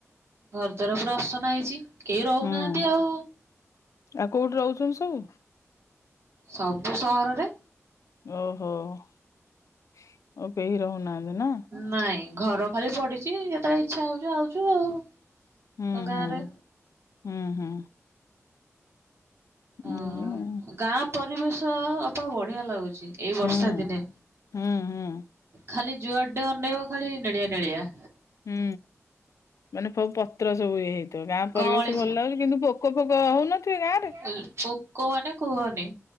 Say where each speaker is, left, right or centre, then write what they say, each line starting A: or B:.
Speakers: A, on the right; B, on the left.
A: ଘର ଦ୍ୱାର ପୁରା ଆସନା ହେଇଚି କେହି ରହୁନାହାନ୍
B: ହୁଁ
A: ନ୍ତି ଆଉ
B: ଆଉ କୋଉଠି ରହୁଛନ୍ତି ସବୁ?
A: ସବୁ ସହରରେ।
B: ଓହୋ ଆଉ କେହି ରହୁନାହାନ୍ତି ନା।
A: ନାଇଁ ଘର ଖାଲି ପଡିଚି ଯେତେବେଳେ ଇଚ୍ଛା ହୋଉଚୁ ଆଉଚୁ ଆଉ
B: ହୁଁ
A: ଗାଁରେ
B: ହୁଁ ହୁଁ ହୁଁ।
A: ଆ
B: ଏମିତି ଆଉ
A: ଗାଁ ପରିବେଶ ଅପା ବଢିଆ ଲାଗୁଚି। ଏଇ ବର୍ଷା
B: ହୁଁ
A: ଦିନେ
B: ହୁଁ ହୁଁ
A: ଖାଲି ଯୁଆଡେ ଅନେଇବ ଖାଲି ନେଳିଆ ନେଳିଆ।
B: ହୁଁ ମାନେ ସବୁ ପତ୍ର ସବୁ ଇଏ ହେଇ ତ ଗାଁ
A: କଅଁଳି
B: ପରିବେଶ ଭଲ ଲାଗୁଚି କିନ୍ତୁ ପୋକ ଫୋକ ହୋଉନଥିବେ ଗାଁରେ
A: ହୁଁ ପୋକ ମାନେ କୁହନି